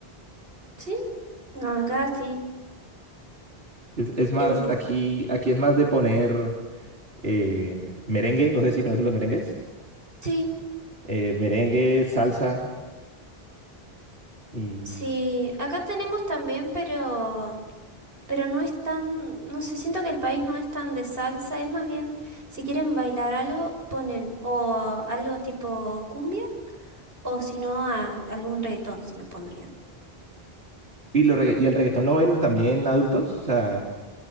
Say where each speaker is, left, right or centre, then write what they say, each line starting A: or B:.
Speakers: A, on the right; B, on the right.
A: ¿Sí? No, acá sí.
B: Es, es más,
A: Eh,
B: aquí, aquí es más de poner eh, merengue, no sé si conoces los merengues,
A: sí,
B: eh, merengue, salsa. Y,
A: sí. Acá tenemos también, pero, pero no es tan, no sé, siento que el país no es tan de salsa, es más bien, si quieren bailar algo, ponen o algo tipo cumbia, o si no, a- algún reggaetón, si no pondrían.
B: y, lo regga- y el reggaetón lo bailan también adultos, o sea,